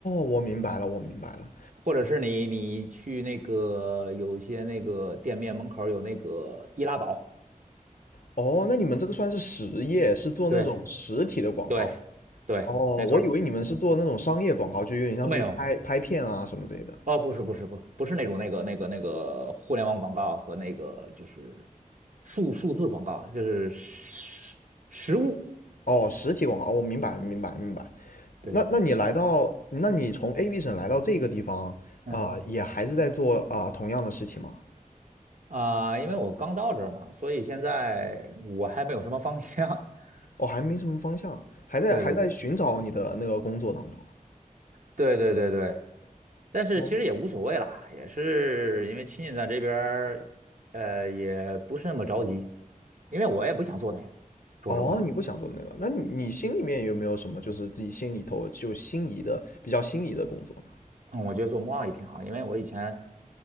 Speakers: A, on the left; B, on the right.
A: 我明白了，我明白了。
B: 或者是你你去那个有些那个店面门口儿有那个易拉宝，
A: 哦，那你们这个算是实业，是做那种实体的广告。
B: 对对对，
A: 哦，
B: 没错儿没错儿
A: 我以为你们是做那种商业广告，就有点像是拍拍片啊什么之类的。
B: 呃没有哦，不是不是不不是那种那个那个那个互联网广告和那个就是数数字广告，就是实实物。
A: 哦，实体广告，哦我、明白，明白，明白。
B: 对对对，
A: 那那你来到，那你从 AB 省来到这个地方，啊、
B: 嗯
A: 也还是在做啊、同样的事情吗？
B: 啊、因为我刚到这儿嘛，所以现在我还没有什么方向。<laughs>
A: 哦，还没什么方向，还在还在寻找你的那个工作当中。
B: 对对对对对对对，但是其实也无所谓啦，
A: 哦，
B: 也是因为亲戚在这边儿呃，也不是那么着急，因为我也不想做那个，说实话。
A: 哦，你不想做那个，那你你心里面有没有什么就是自己心里头就心仪的比较心仪的工作呢？
B: 嗯，我觉得做贸易挺好，因为我以前